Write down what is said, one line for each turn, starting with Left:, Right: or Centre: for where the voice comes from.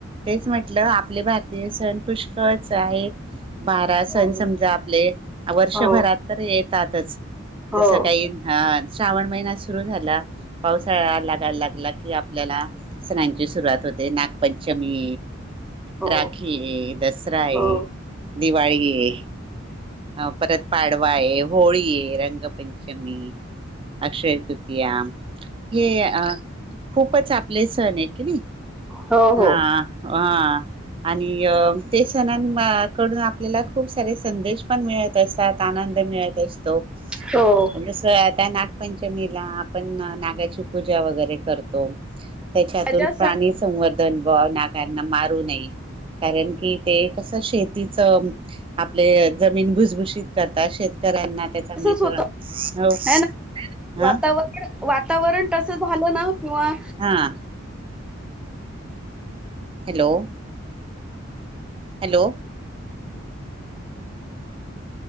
Right: तेच म्हटलं आपले भारतीय सण पुष्कळच आहेत बारा
Centre: हो.
Right: सण समजा आपले वर्षभरात
Centre: हो
Right: तर येतातच
Centre: हो
Right: जसं काही हा श्रावण महिना सुरु झाला पावसाळा लागायला लागला कि आपल्याला सणांची सुरुवात होते नागपंचमी
Centre: हो
Right: राखी दसरा आहे
Centre: हो.
Right: दिवाळी ये अ परत पाडवा आहे होळी आहे रंगपंचमी अक्षय तृतीया हे अ खूपच आपले सण आहे की नाही
Centre: हो
Right: हा
Centre: हो
Right: हा आणि ते सणां कडून आपल्याला खूप सारे संदेश पण मिळत असतात आनंद मिळत असतो
Centre: हो.
Right: जसं त्या नागपंचमीला आपण नागाची पूजा वगैरे करतो त्याच्यातून
Centre: माझ्या
Right: प्राणी संवर्धनभ नाकारना मारू नये कारण की ते कसं शेतीच आपले जमीन भुसभुशीत करता शेतकऱ्यांना त्याचा
Centre: तसच
Right: मित्र
Centre: होत
Right: हो
Centre: ह ना
Right: हा
Centre: वातावरण वातावरण तस झालं ना किंवा
Right: हां हॅलो हॅलो